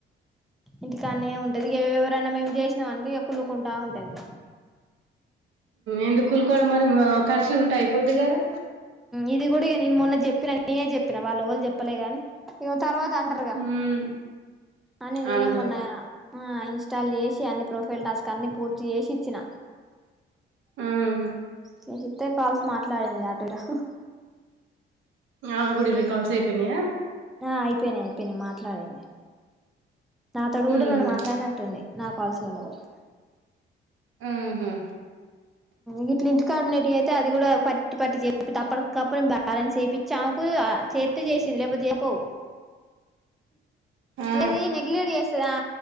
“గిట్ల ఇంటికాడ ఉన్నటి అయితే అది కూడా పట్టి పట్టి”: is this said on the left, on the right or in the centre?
Centre